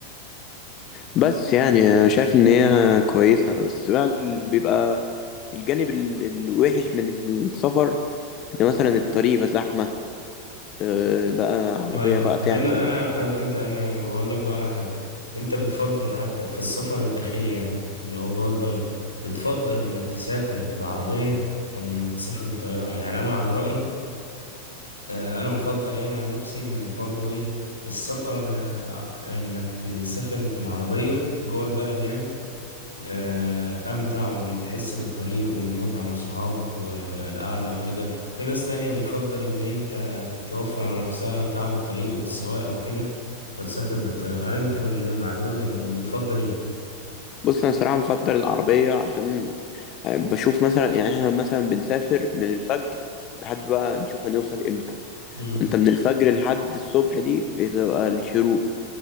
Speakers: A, on the left; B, on the left.
A: بس يعني أنا شايف ان هي كويسه بس بقى اللي بيبقى الجانب ال- الوحش من السفر ان مثلا الطريق بقى زحمه آه، بقى عربيه
B: ايوه
A: بقى تعطل
B: طب انا انا أنا- انت انا بقول لك بقى على حاجه انت بتفضل حتى في السفر الداخلي يعني اللي هو جوه البلد بتفضل انك تسافر بعربيه ولا انك تسافر بطياره يعني انا عن رايي آه، انا بفضل يعني عن نفسي انك برضو ايه السفر آه، انك تسافر بالعربية جوه البلد يعني آه، امتع وبتحس بالطريق والمتعة مع صحابك والقعدة وكده وفي ناس تانية بتفضل ان انت توفر على نفسها تعب الطريق والسواقة وكده وتسافر بالطيارة هل انت من- مع دول ولا بتفضل ايه؟
A: بص انا صراحه بفضل العربيه عشان بشوف مثلا يعني احنا مثلا بنسافر من الفجر لحد بقى نشوف هنوصل امتى
B: مم.
A: انت من الفجر لحد الصبح دي بتبقى الشروق